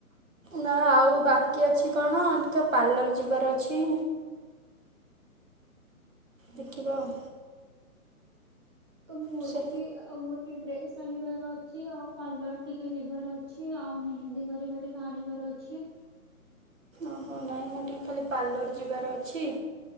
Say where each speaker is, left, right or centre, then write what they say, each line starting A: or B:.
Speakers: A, on the right; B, on the right.
A: ନା ଆଉ ବାକି ଅଛି କଣ ଟିକେ ପାର୍ଲର ଯିବାର ଅଛି।
B: ହୁଁ
A: ଦେଖିବା
B: ହୁଁ।
A: ଆଉ।
B: ତ ମୋର
A: ସେ
B: ବି ଆଉ ମୋ ଟିକେ ଡ୍ରେସ ଆଣିବାର ଅଛି ଆଉ। ପାର୍ଲର ଟିକେ ଯିବାର ଅଛି ଆଉ ମେହେନ୍ଦୀ ହରିକା ଟିକେ ଆଣିବାର ଅଛି।
A: ଓହୋ ନାଇଁ ମୁଁ ଟିକେ ଖାଲି ପାର୍ଲର ଯିବାର ଅଛି।